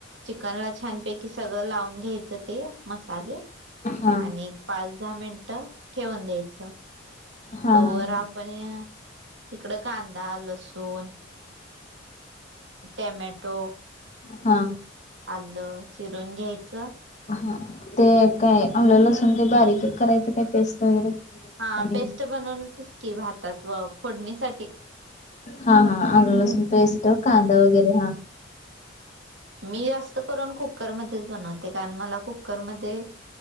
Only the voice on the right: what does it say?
चिकनला छानपैकी कि सगळं लावून घ्यायचं ते मसाले
आणि पाच दहा मिनटं ठेवून द्यायचं.
तोवर
आपण इकडं कांदा लसूण टॅमॅटो.
आलं चिरून घ्यायचं.
हा
पेस्ट बनवूनच की भातात व फोडणीसाठी
हम्म.
मी जास्त करून कुकरमध्येध्येच बनवते कारण मला कुकरमध्ये